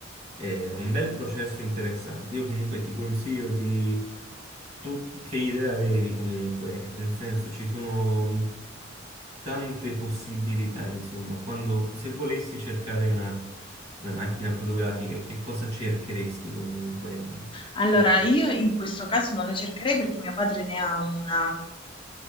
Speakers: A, on the right; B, on the left.
A: È un bel processo interessante. Io comunque ti consiglio di... Tu che idea avevi comunque? Nel senso, ci sono mm, tante possibilità, insomma. Quando, se volessi cercare una, una macchina fotografica, che cosa cercheresti comunque?
B: Allora,
A: Dai,
B: io in questo caso non la cercherei perché mio padre ne ha una,